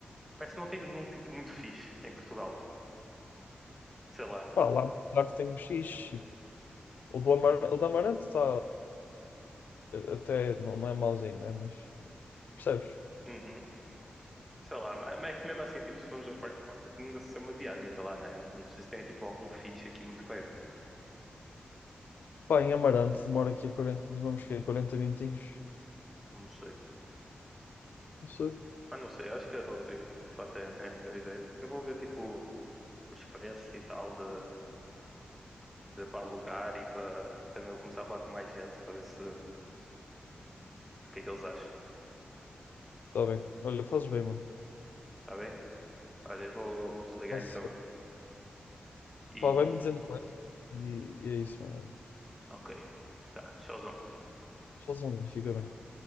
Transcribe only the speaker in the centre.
parece que não tem nenhum, tipo, muito fixe em Portugal. Sei lá.
Uhum. Sei lá, ma- mas é que mesmo assim, tipo, se formos aos parques aquáticos, não deve ser uma viagem, tá lá, né? Não sei se tem, tipo, algum fixe aqui muito perto.
Não sei.
Mas não sei, acho que a road trip de fato é, é a melhor ideia. Eu vou ver tipo os preços e tal de, de para alugar e para também vou começar a falar com mais gente para ver se o que é que eles acham.
Tá bem? Olha, eu vou, vou desligar
então e
ok. Tá, tchauzão.